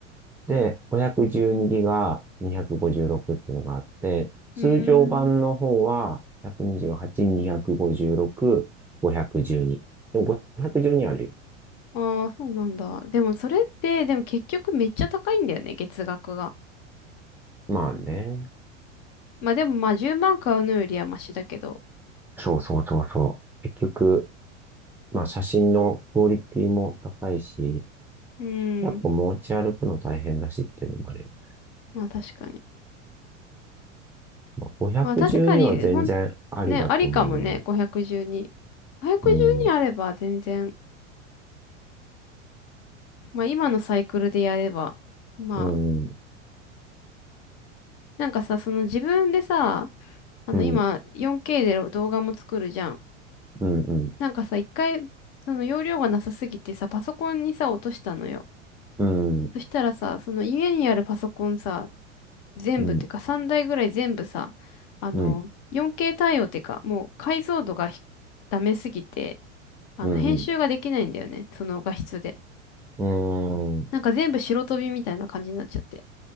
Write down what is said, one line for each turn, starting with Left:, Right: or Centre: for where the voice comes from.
Centre: で、512ギガ256っていうのがあって、通常版の方は128、
Left: ー、うーん。
Centre: 256、512。でも512あるよ。
Left: あー、そうなんだ。でもそれって、でも結局めっちゃ高いんだよね、月額が。
Centre: まあね。
Left: まあでもまあ10万買うのよりはマシだけど。
Centre: そうそうそうそう。結局、まあ写真のクオリティも高いし、
Left: うーん。
Centre: やっぱ持ち歩くの大変だしっていうのもあるよ。
Left: まあ確かに。
Centre: まあ、512は全然ありだと思うな。
Left: まあ確かに、ほん、ね、ありかもね、512。512あれば全然、
Centre: うん、
Left: まあ今のサイクルでやれば、まあ
Centre: うん、
Left: なんかさ、その自分でさ、あの今
Centre: うん、
Left: 4K で動画も作るじゃん。
Centre: うん、うん。
Left: なんかさ、一回、その容量がなさすぎてさ、パソコンにさ、落としたのよ。
Centre: うん
Left: そしたらさ、その家にあるパソコンさ、全部ってか3台ぐらい全部さ、
Centre: うん、
Left: あの、
Centre: うん、
Left: 4K 対応ってか、もう解像度がひダメすぎて、あの、
Centre: うん、
Left: 編集ができないんだよね。
Centre: う
Left: その画質で。
Centre: ん。うーん。
Left: なんか全部白飛びみたいな感じになっちゃって。